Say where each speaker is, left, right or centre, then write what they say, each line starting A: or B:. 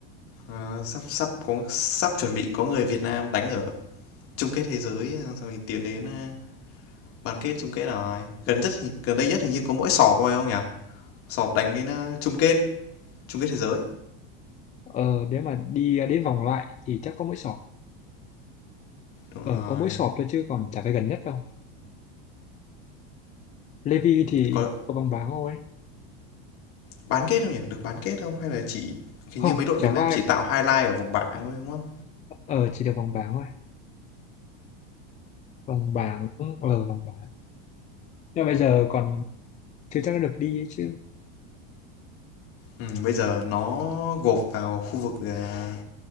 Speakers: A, on the left; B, on the left.
A: ờ, sắp sắp có sắp chuẩn bị có người Việt Nam đánh ở chung kết thế giới xong thì tiến đến, a, bán kết, chung kết rồi. Gần nhất gần đây nhất hình như có mỗi sọp thôi, không nhỉ? sọp đánh đến, a, chung kết chung kết thế giới.
B: ờ nếu mà đi à, đến vòng loại thì chắc có mỗi sọp
A: Đúng
B: ờ
A: rồi.
B: có mỗi sọp thôi chứ còn chả phải gần nhất đâu Levi thì
A: Có
B: có vòng bảng thôi
A: bán kết không nhỉ? Được bán kết không? Hay là chỉ hình
B: không
A: như mấy đội
B: chả
A: Việt Nam
B: có ai
A: chỉ tạo highlight ở vòng bảng thôi, đúng không?
B: ờ chỉ được vòng bảng thôi vòng bảng ờ vòng bảng nhưng mà bây giờ còn chưa chắc đã được đi ấy chứ
A: Ừm, bây giờ nó gộp vào khu vực, à